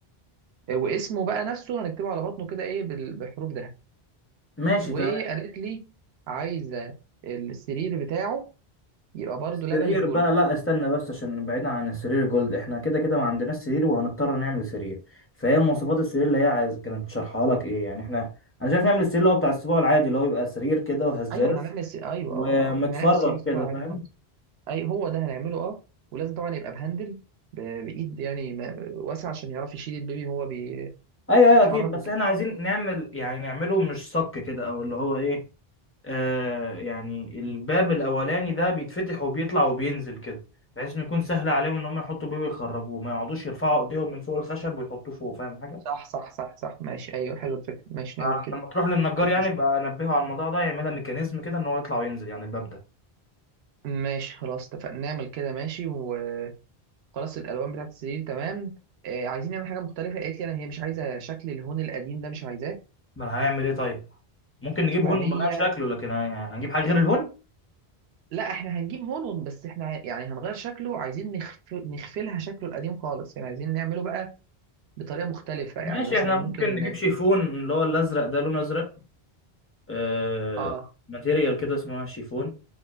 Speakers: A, on the right (about 80°); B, on the left (about 15°).
A: آه، واسمه بقى نفسه هنكتبه على بطنه كده ايه بال- بحروف ده
B: ماشي
A: وقالت
B: تمام
A: لي عايزة السرير بتاعه يبقى برضه
B: السرير
A: لبني في جل
B: بقى لا استنى بس عشان بعيدا عن السرير جولد احنا كده كده ما عندناش سرير وهنضطر نعمل سرير فهي مواصفات السرير اللي هي عايز كانت شارحها لك ايه يعني احنا انا شايف نعمل السرير اللي هو بتاع السبوع العادي اللي هو بيبقى سرير كده وهزاز
A: ايوه احنا هنعمل سي... ايوه
B: ومتفرغ
A: اه اه احنا هنعمل سيرين اختبار
B: كده فاهم
A: عادي خالص اي هو ده هنعمله اه ولازم طبعا يبقى بهندل ب... بايد يعني ما... واسعه عشان يعرف يشيل البيبي وهو بي...
B: ايوه ايوه
A: بيتحرك
B: اكيد بس
A: وكده
B: احنا عايزين نعمل يعني نعمله مش صك كده او اللي هو ايه آه يعني الباب الاولاني ده بيتفتح وبيطلع وبينزل كده بحيث انه يكون سهل عليهم ان هم يحطوا بيه ويخرجوه ما يقعدوش يرفعوا ايديهم من فوق الخشب ويحطوه فوق فاهم حاجه
A: صح صح صح صح ماشي ايوه حلو الفكره ماشي
B: آه
A: نعمل كده
B: لما تروح للنجار
A: مفيش
B: يعني
A: مشكله
B: يبقى انبهه على الموضوع ده يعملها ميكانيزم كده ان هو يطلع وينزل يعني الباب ده
A: ماشي خلاص اتفقنا نعمل كده ماشي وخلاص الالوان بتاعت السرير تمام آه عايزين نعمل حاجه مختلفه قالت لي انا هي مش عايزه شكل الهون القديم ده مش عايزاه
B: ما أنا هنعمل ايه طيب ممكن نجيب
A: فهي
B: هون ونغير شكله لكن ه- هنجيب حاجه غير الهون
A: لا احنا هنجيب هون بس احنا يعني هنغير شكله عايزين نخف... نخفلها شكله القديم خالص يعني عايزين نعمله بقى بطريقة مختلفة يعني
B: ماشي
A: مثلا
B: احنا
A: ممكن
B: ممكن نجيب شيفون اللي هو الازرق ده لونه ازرق آه
A: اه
B: ماتيريال كده اسمها شيفون